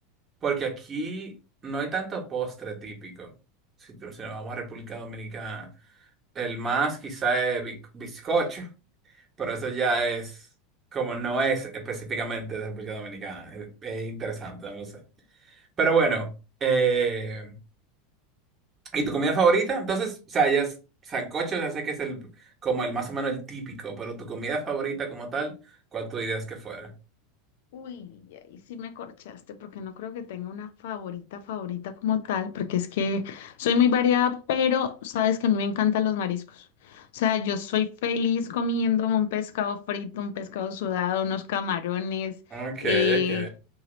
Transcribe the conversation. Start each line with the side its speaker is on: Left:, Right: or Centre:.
Right: Porque aquí no hay tanto postre típico. Si, tú- si nos vamos a República Dominicana, el más quizá es bi- bizcocho, pero eso ya es como no es específicamente de República Dominicana. Es, es interesante, no lo sé. Pero bueno, eh, ¿y tu comida favorita? Entonces, o sea, ya es sancocho, ya sé que es el como el más o menos el típico, pero tu comida favorita como tal, ¿cuál tú dirías que fuera?
Left: Uy, ahí sí me corchaste porque no creo que tenga una favorita favorita como tal, porque es que soy muy variada, pero sabes que a mí me encantan los mariscos. O sea, yo soy feliz comiéndome un pescado frito, un pescado sudado, unos camarones,
Right: Ok,
Left: eh,
Right: ok.